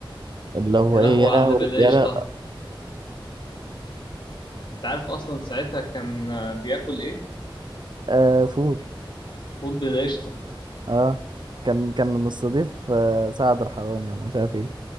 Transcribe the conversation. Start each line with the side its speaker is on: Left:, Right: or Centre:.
Right: اللي هو
Left: يا
Right: ايه
Left: لهوي
Right: يا لهوي
Left: على اللي بالقشطة
Right: يا لهوي
Left: انت عارف اصلا ساعتها كان آه، بياكل ايه؟
Right: آه فول
Left: فول بالقشطة
Right: اه كان كان مستضيف آه، سعد الحرامي ولا مش عارف ايه